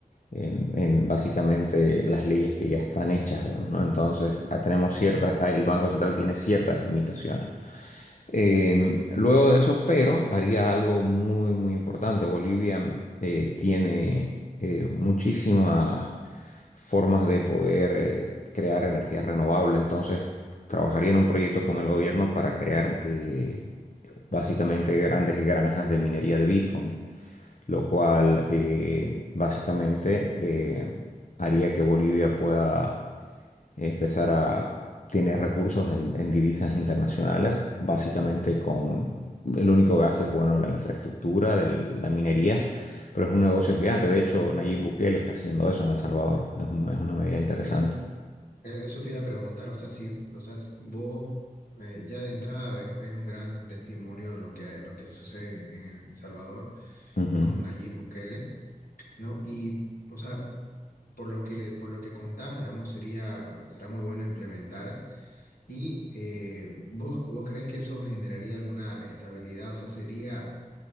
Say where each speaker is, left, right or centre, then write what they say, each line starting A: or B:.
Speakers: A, on the left (about 55°); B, on the left (about 75°).
A: en, en básicamente las leyes que ya están hechas, digamos, ¿no? Entonces, ah, tenemos ciertas, ah, el Banco Central tiene ciertas limitaciones. Eh, luego de eso, pero haría algo muy, muy importante. Bolivia eh, tiene eh, muchísimas formas de poder eh, crear energía renovable. Entonces, trabajaría en un proyecto con el gobierno para crear eh, básicamente grandes granjas de minería de Bitcoin, lo cual eh, básicamente eh, haría que Bolivia pueda empezar a tener recursos en, en divisas internacionales, básicamente con el único gasto es, bueno, la infraestructura de la minería, pero es un negocio gigante. De hecho, Nayib Bukele está haciendo eso en El Salvador. Es, un- es una medida interesante.
B: Eso, eh, eso te iba a preguntar, o sea, si, o sea, si vos eh, ya de entrada es, es un gran testimonio de lo que, lo que sucede en El Salvador
A: Ujú.
B: con Nayib Bukele, ¿no? Y, o sea, por lo que, por lo que contás, digamos, sería, será muy bueno implementar. Y eh, vos, vos crees que eso generaría alguna estabilidad, o sea, sería